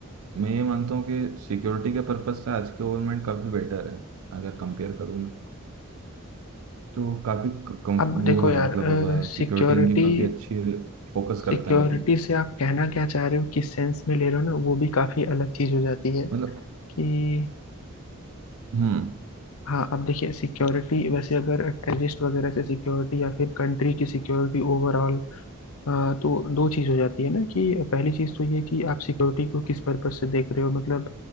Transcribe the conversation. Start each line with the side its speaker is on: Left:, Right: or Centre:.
Right: मैं ये मानता हूँ कि सिक्योरिटी के पर्पस से आज की गवर्नमेंट काफ़ी बेटर है अगर कंपेयर करूँ मैं तो काफ़ी कम
Left: अब देखो
Right: वो है
Left: यार
Right: मतलब
Left: सिक्योरिटी
Right: सिक्योरिटी इनकी काफ़ी अच्छी फोकस
Left: सिक्योरिटी
Right: करते हैं ये।
Left: से आप कहना क्या चाह रहे हो किस सेंस में ले रहे हो ना वो भी काफी अलग चीज हो जाती है
Right: मतलब
Left: कि
Right: हम्म
Left: हाँ अब देखिए सिक्योरिटी वैसे अगर टेररिस्ट वगैरह से सिक्योरिटी या फिर कंट्री की सिक्योरिटी ओवरऑल तो दो चीज हो जाती है ना कि पहली चीज तो ये कि आप सिक्योरिटी को किस पर्पज से देख रहे हो मतलब